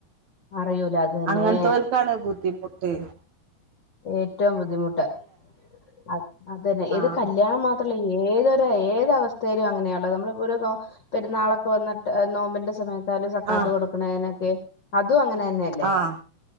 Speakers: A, on the left; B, on the right.
A: അറിയൂല അത് തന്നെ
B: അങ്ങനത്തോൽക്കാണ് ബുദ്ധിമു ട്ടേ
A: ഏറ്റവും ബുദ്ധിമുട്ട് അത് തന്നെ ഏത്
B: ആഹ്
A: കല്യാണം മാ ത്തുള്ള ഏതൊരു ഏത് അവസ്ഥയിലും അങ്ങനെയള്ളത് നമ്മളിപ്പോ ഒരു ഏഹ് പെരുന്നാളൊക്കെ വന്നിട്ട് നോമ്പിന്റെ സമയ ത്താല് സക്കാത്തു
B: ആഹ്
A: കൊടുക്കണേനൊക്കെ അ തും അങ്ങനെ തന്നെയല്ലേ
B: ആഹ്